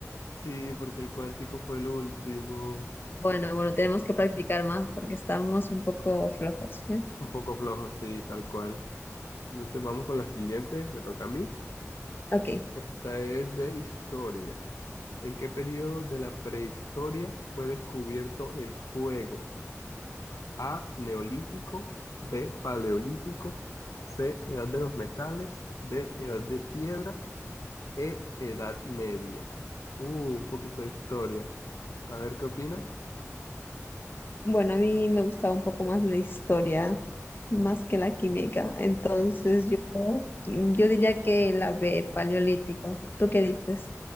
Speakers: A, on the left; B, on the left.
A: Sí, porque el cuántico fue el último.
B: Bueno, bueno, tenemos que practicar más porque estamos un poco flojos, ¿eh?
A: Un poco flojo, sí, tal cual. Entonces vamos con la siguiente. Me toca a mí.
B: Ok.
A: Esta es de historia. ¿En qué periodo de la prehistoria fue descubierto el fuego? A, neolítico, B, paleolítico, C, edad de los metales, D, edad de piedra, E, edad media. Uh, un poquito de historia. A ver, ¿qué opinas?
B: Bueno, a mí me gustaba un poco más la historia, más que la química. Entonces yo, yo diría que la B, paleolítico. ¿Tú qué dices?